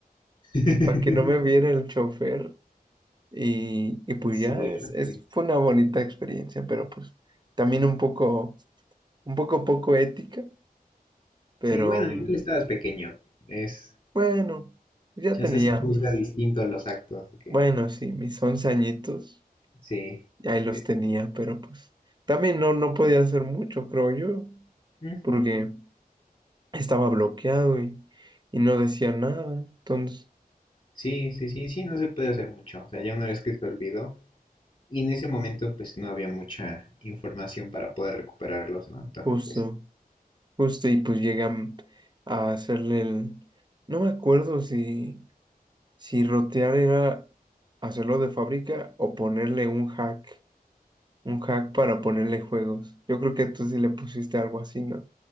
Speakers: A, on the left; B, on the right.
A: <laughs>
B: para que no me viera el chofer. Y, y pues
A: Qué Suerte.
B: ya es, es, fue una bonita experiencia, pero pues también un poco, un poco poco ética, pero
A: Sí, bueno,
B: mm,
A: igual estabas pequeño. Es,
B: bueno, ya
A: Chance
B: tenía
A: se juzga
B: mis,
A: distinto a los actos, que
B: bueno, sí, mis 11 añitos.
A: sí.
B: y ahí los
A: Sí.
B: tenía, pero pues también no, no podía hacer mucho, creo yo,
A: Ujú.
B: porque estaba bloqueado y, y no decía nada. Entonces,
A: Sí, sí, sí, sí, no se puede hacer mucho. O sea, ya una vez que se olvidó, y en ese momento pues no había mucha información para poder recuperarlos, ¿no? Entonces,
B: justo,
A: pues sí.
B: justo, y pues llegué a, m- a hacerle el... No me acuerdo si, si rotear era hacerlo de fábrica o ponerle un hack, un hack para ponerle juegos. Yo creo que tú sí le pusiste algo así, ¿no?